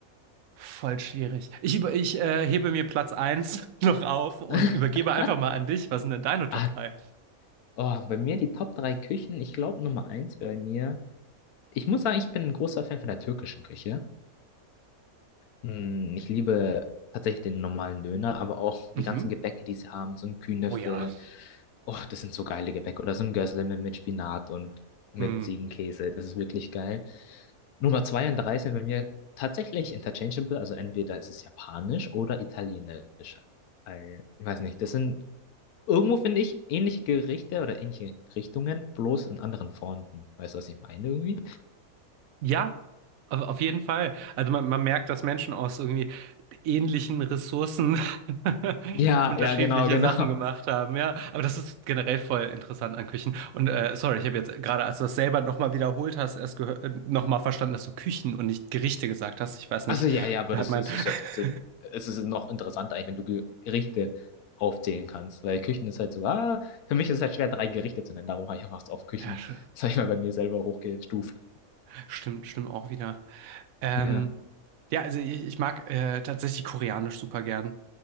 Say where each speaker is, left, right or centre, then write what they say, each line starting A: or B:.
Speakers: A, on the right; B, on the left.
A: Voll schwierig. Ich, über, ich äh, hebe mir Platz eins <laughs> noch auf und
B: <laughs>
A: übergebe einfach mal an dich. Was sind denn deine Top
B: Ah,
A: drei?
B: oh, bei mir die Top 3 Küchen. Ich glaube, Nummer eins bei mir. Ich muss sagen, ich bin ein großer Fan von der türkischen Küche. Mm, Ich liebe tatsächlich den normalen Döner, aber auch die
A: Mhm.
B: ganzen Gebäcke, die sie haben, so ein Künefe.
A: Oh ja.
B: Oh, das sind so geile Gebäcke. Oder so ein Gözleme mit mit Spinat und mit
A: Hm.
B: Ziegenkäse. Das ist wirklich geil. Nummer zwei und drei sind bei mir tatsächlich interchangeable. Also entweder ist es japanisch oder italienisch. Weil, Ich weiß nicht. Das sind irgendwo, finde ich, ähnliche Gerichte oder ähnliche Richtungen, bloß in anderen Formen. Weißt du, was ich meine irgendwie?
A: Ja, auf auf jeden Fall. Also man, man merkt, dass Menschen aus irgendwie ähnlichen Ressourcen <laughs>
B: Ja,
A: unterschiedliche
B: ja, genau, genau.
A: Sachen gemacht haben, ja. Aber das ist generell voll interessant an Küchen. Und äh, sorry, ich habe jetzt gerade, als du das selber nochmal wiederholt hast, erst gehört, äh, nochmal verstanden, dass du Küchen und nicht Gerichte gesagt hast. Ich weiß nicht,
B: Also ja, ja, aber
A: da
B: das
A: hat mein...
B: ist
A: <laughs>
B: es ja trotzdem, es ist noch interessanter eigentlich, wenn du Gerichte aufzählen kannst, weil Küchen ist halt so, ah, für mich ist es halt schwer, drei Gerichte zu nennen, darum habe ich einfach es auf Küchen,
A: Ja, sch-
B: <laughs> sag ich mal, bei mir selber hochgestuft.
A: stimmt, stimmt auch wieder. Ähm,
B: Ja.
A: ja, also ich, ich mag äh, tatsächlich koreanisch super gern.